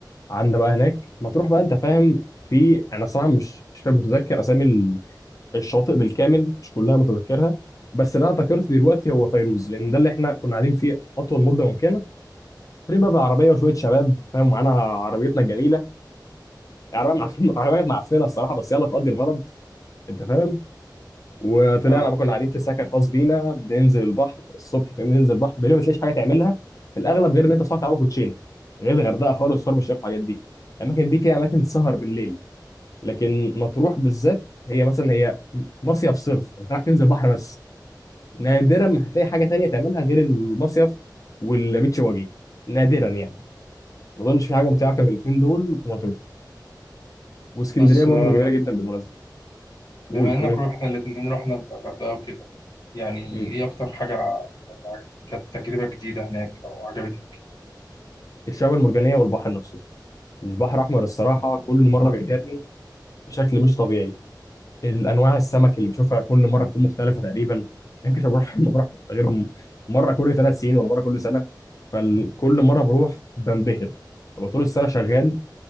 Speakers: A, on the left (about 45°); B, on the left (about 65°).
A: قعدنا بقى هناك ما تروح بقى انت فاهم في انا صراحه مش مش فاهم متذكر اسامي ال- الشواطئ بالكامل مش كلها متذكرها بس اللي انا ذكرت دلوقتي هو فيروز لان ده اللي احنا كنا قاعدين فيه اطول مده ممكنه طالعين بقى بالعربيه وشويه شباب فاهم معانا عربيتنا الجميله العربيه معفنه العربيه <laughs> معفنه الصراحه بس يلا تقضي الغرض انت فاهم وطلعنا
B: آه
A: بقى كنا قاعدين في سكن خاص بينا بننزل البحر الصبح فاهم ننزل البحر بالليل ما تلاقيش حاجه تعملها في الاغلب غير ان انت صاحي تلعب كوتشينه غير الغردقه خالص شرم الشيخ والحاجات دي الاماكن دي فيها اماكن سهر بالليل لكن مطروح بالذات هي مثلا هي مصيف صرف انت رايح تنزل بحر بس نادرا ما هتلاقي حاجه تانية تعملها غير المصيف والبيتش واجي نادرا يعني ما اظنش في حاجه ممتعه
B: مم.
A: كان من الاثنين دول في مطروح واسكندريه
B: بس
A: برضو
B: آه
A: جميله جدا بالمناسبه
B: بما
A: قول بتقول
B: إنك
A: ايه
B: روحنا الاتنين رحنا الغردقة وكده يعني
A: مم.
B: إيه أكتر حاجة يعني عج- كانت تجربة جديدة هناك أو عجبتك؟
A: الشعاب المرجانيه والبحر نفسه البحر الأحمر الصراحة كل مرة بيبهرني بشكل مش طبيعي الأنواع السمك اللي بشوفها كل مرة بتكون مختلفة تقريبا يمكن بروح <laughs> ما بروح غير م- مرة كل ثلاث سنين ولا مرة كل سنة فكل مرة بروح بنبهر ببقى طول السنة شغال